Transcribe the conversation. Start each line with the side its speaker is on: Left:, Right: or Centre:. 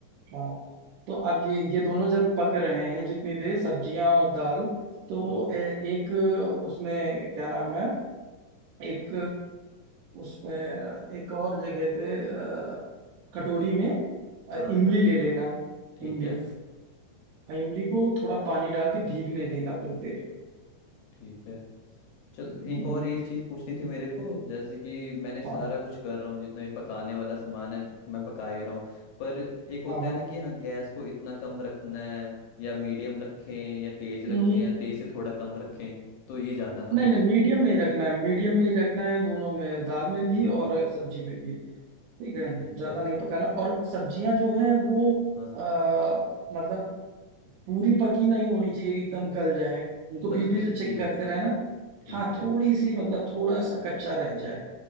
Right: हाँ तो अब ये ये दोनों जब पक रहे हैं जितनी देर सब्जियां और दाल तो
Left: हम्म
Right: ए, एक उसमें क्या नाम है एक उसमें एक और जगह पे अ, कटोरी में
Left: हाँ
Right: अ, इमली ले लेना
Left: ठीक
Right: इमली
Left: है
Right: और इमली को थोड़ा पानी डाल के भीगने देना कुछ देर
Left: ठीक है चलो
Right: हम्म
Left: एक और ये चीज़ पूछनी थी मेरे को जैसे कि मैंने सारा
Right: हाँ
Left: कुछ कर रहा हूँ जितना भी पकाने वाला सामान है मैं पका ही रहा हूँ पर एक होता
Right: हाँ हाँ
Left: है ना कि हाँ गैस को इतना कम रखना है या मीडियम रखें या तेज
Right: हम्म,
Left: रखें या तेज से थोड़ा कम रखें तो ये जानना था
Right: नहीं
Left: मुझे
Right: नहीं मीडियम में ही रखना है मीडियम में ही रखना है दोनों में दाल में भी
Left: हम्म
Right: और सब्जी में भी ठीक है
Left: ठीक
Right: ज्यादा
Left: है
Right: नहीं पकाना और सब्जियां जो हैं वो
Left: हाँ
Right: आ, मतलब पूरी पकी नहीं होनी चाहिए कि एकदम गल जाए उनको
Left: मतलब
Right: बीच बीच
Left: कच्ची
Right: में चेक करते रहना
Left: ठीक
Right: हाँ
Left: है
Right: थोड़ी सी मतलब थोड़ा सा कच्चा रह जाए